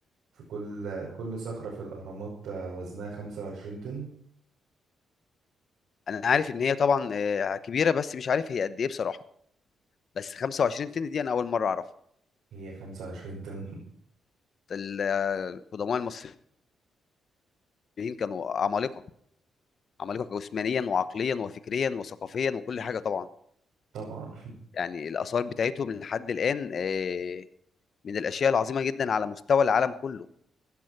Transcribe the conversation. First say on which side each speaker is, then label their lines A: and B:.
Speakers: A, on the right (about 75°); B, on the left (about 60°).
A: في كل كل صخرة في الأهرامات آه، وزنها 25 طن
B: انا عارف ان هي طبعا آه، كبيره بس مش عارف هي قد ايه بصراحه بس 25 طن دي انا اول مره اعرفها
A: هي 25 طن <laughs>
B: ال- آه، القدماء المصريين كانوا عمالقه عمالقه جسمانيا وعقليا وفكريا وثقافيا وكل حاجه طبعا
A: طبعا
B: يعني الاثار بتاعتهم لحد الان آه، من الاشياء العظيمه جدا على مستوى العالم كله